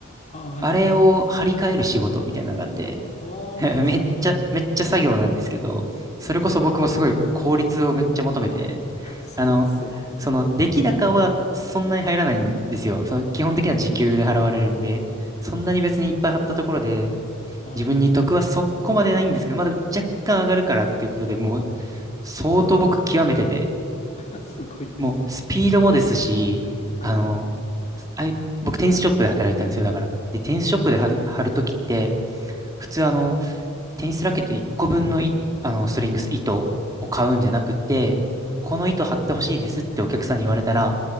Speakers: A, on the left (about 35°); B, on the right (about 20°).
A: ああ、はい、
B: あれを張り替える仕事みたいなのがあって、
A: あります。ああ、
B: <laughs> めっちゃ、
A: それ、すごい。
B: めっちゃ作業なんですけど、それこそ僕もすごい効率をめっちゃ求めて、
A: はい。<laughs> そうですよ。
B: あの、その出来高はそんなに入らないんですよ。その基本的には時給で払われるんで、そんなに別にいっぱい貼ったところで、
A: あ
B: 自分に得はそこまでないんですけど、
A: あ、
B: まあでも若干上がるからっていうことでもう相当僕極めてて、
A: まあ、<laughs> すごいですね。
B: もうスピードもですし、
A: はい。
B: あの、ああいう僕テニスショップで働いてたんですよ、だから。で、テニスショップで貼る、
A: はい。
B: 貼るときって、普通あの、テニスラケット1個分のい、あの、ストリングス、糸を買うんじゃなくて、この糸貼ってほしいですってお客さんに言われたら、